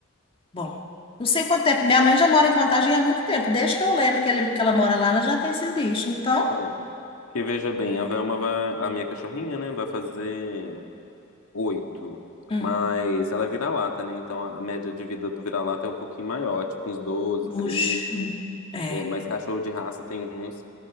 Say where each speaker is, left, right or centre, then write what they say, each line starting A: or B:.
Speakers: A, on the left; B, on the left.
A: Bom, não sei quanto tempo. Minha mãe já mora em Contagem há muito tempo. Desde que eu lembro que, ele- que ela mora lá, ela já tem esses bichos. Então,
B: Hum. Que veja bem, a Velma vai, a minha cachorrinha, né, vai fazer oito.
A: hum,
B: Mas ela é vira-lata, né? Então a média de vida do vira-lata é um pouquinho maior, tipo uns doze
A: bucho.
B: 13.
A: É,
B: É, mas cachorro de raça tem uns,